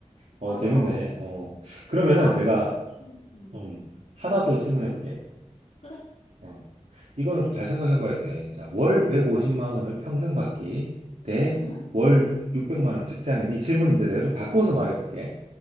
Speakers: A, on the right (about 80°); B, on the left (about 70°).
A: 어,
B: 맞아.
A: 재밌네. 어, 그러면은
B: 나는,
A: 내가,
B: 음,
A: 음, 하나 더 질문해볼게.
B: 그래.
A: 어, 이거는 좀 잘 생각해봐야 돼. 자, 월
B: 응,
A: 150만 원을 평생 받기 대
B: 응,
A: 월 600만 원 직장인. 이 질문인데 내가 좀 바꿔서 말해볼게.